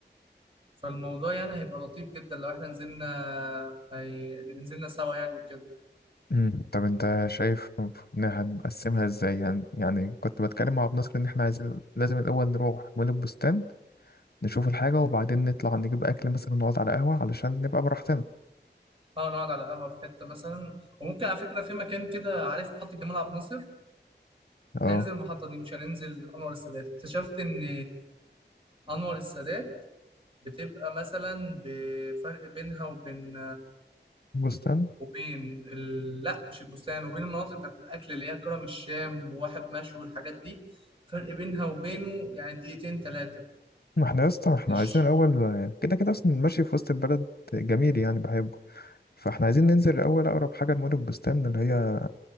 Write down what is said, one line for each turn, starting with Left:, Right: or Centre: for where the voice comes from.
Right: فالموضوع يعني هيبقى لطيف جدا لو احنا نزلنا هي... نزلنا سوا يعني وكده
Left: أمم، طب انت شايف ان هنقسمها ازاي يعني يعني كنت بتكلم مع ابو نصر ان احنا عايزين لازم الاول نروح مول البستان نشوف الحاجة وبعدين نطلع نجيب اكل مثلا نقعد على قهوة علشان نبقى براحتنا
Right: اه نقعد على قهوة في حتة مثلا وممكن على فكرة في مكان كده عارف محطة جمال عبد الناصر
Left: اه
Right: هننزل المحطة دي مش هننزل أنور السادات اكتشفت إن أنور السادات بتبقى مثلا بفرق بينها وبين
Left: بستان
Right: وبين ال... لا مش البستان وبين المناطق بتاعت الأكل اللي هي كرم الشام وواحد مشوي والحاجات دي فرق بينها وبينه يعني دقيقتين تلاتة
Left: ما احنا يا اسطى ما احنا
Right: مش
Left: عايزين الاول كده كده اصلا ماشي في وسط البلد جميل يعني بحبه فاحنا عايزين ننزل الأول أقرب حاجة لمول البستان اللي هي